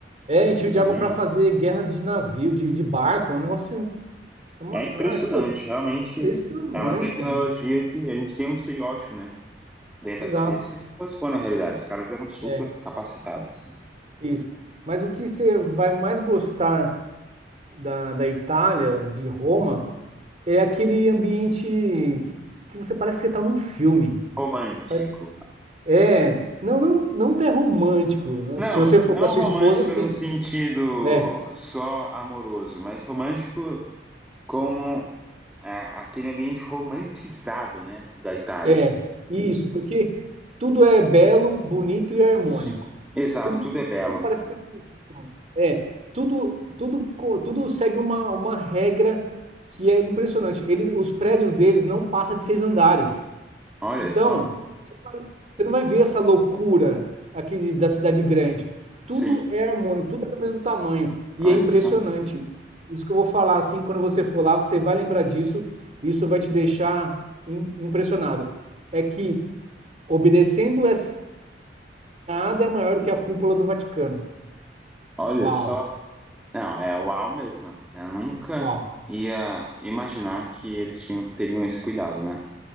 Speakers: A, on the right; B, in the centre.
A: é,
B: Antigamente.
A: encheu de água para fazer guerras de navio, de, de barco, é um negócio, é uma,
B: É impressionante,
A: é uma arquitetura
B: realmente
A: impressionante,
B: é uma tecnologia
A: cara.
B: que a gente tem um estereótipo, né, dentro
A: Exato.
B: da cabeça que não corresponde à realidade. Os caras eram super
A: É,
B: capacitados. assim.
A: isso. Mas o que você vai mais gostar da, da Itália, de Roma, é aquele ambiente que, que você parece que você está num filme.
B: Romântico.
A: Pare- É, não, não, não ter romântico, né?
B: Não,
A: Se você for
B: não
A: com a sua
B: romântico
A: esposa, sim,
B: no sentido
A: né?
B: só amoroso, mas romântico como a- aquele ambiente romantizado, né, da Itália.
A: É, é isso, porque tudo é belo, bonito e harmônico.
B: Sim. Exato,
A: Tudo,
B: tudo
A: fu-
B: é belo.
A: tudo parece que funciona. É, tudo, tudo, co- tudo segue uma, uma regra que é impressionante. eles os prédios deles não passam de seis andares.
B: Olha
A: Então,
B: só.
A: você não vai você não vai ver essa loucura aqui da cidade grande. Tudo
B: Sim,
A: é harmônico, tudo é do mesmo tamanho. E
B: olha
A: é impressionante.
B: só.
A: Isso que eu vou falar, assim, quando você for lá, você vai lembrar disso. e Isso vai te deixar im- impressionado. É que obedecendo essa, nada é maior do que a cúpula do Vaticano.
B: Olha
A: Uau,
B: só. Não, é uau mesmo. Eu nunca
A: uau,
B: ia imaginar que eles tinham, teriam esse cuidado, né?